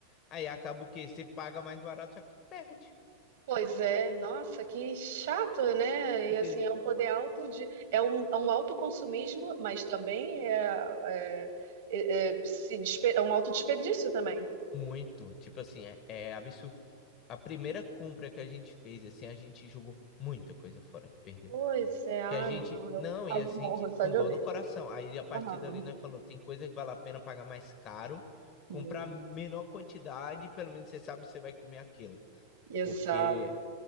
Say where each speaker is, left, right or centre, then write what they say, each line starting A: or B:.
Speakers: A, on the left; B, on the right.
A: Aí acaba o quê? Você paga mais barato, só que perde.
B: Pois é, nossa, que chato, né?
A: Entendeu?
B: E assim, é um poder alto de. É um, é um autoconsumismo, mas também é, é, é, é, se despe- é um autodesperdício também.
A: Muito. Tipo assim, é, é absurdo. A primeira compra que a gente fez, assim, a gente jogou muita coisa fora que perdeu.
B: Pois é, ah,
A: Que a gente.
B: não, eu
A: Não,
B: quase
A: e a gente
B: morro só
A: com
B: de
A: dor
B: ouvir.
A: no coração. Aí a partir
B: Aham.
A: dali nós falou: tem coisa que vale a pena pagar mais caro, comprar
B: Hum,
A: menor quantidade, e pelo menos você sabe que você vai comer aquilo.
B: Exato.
A: Porque,